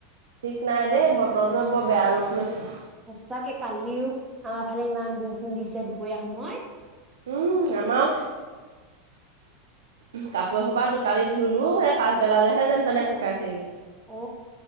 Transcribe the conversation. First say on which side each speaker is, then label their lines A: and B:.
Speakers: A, on the right; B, on the right.
A: ঠিক নাই দেই, বতৰটোৱে বৰ বেয়া ৰূপ লৈছে।
B: সঁচাকে কালিও আমাৰ ফালে ইমান বৰষুণ দিছে দুপৰীয়া সময়ত।
A: উম আমাৰ, কাপোৰ এসোপা দুটালি ধোলো সেই পাছবেলা লৈহে যেন তেনে শুকাইছেগে।
B: অ,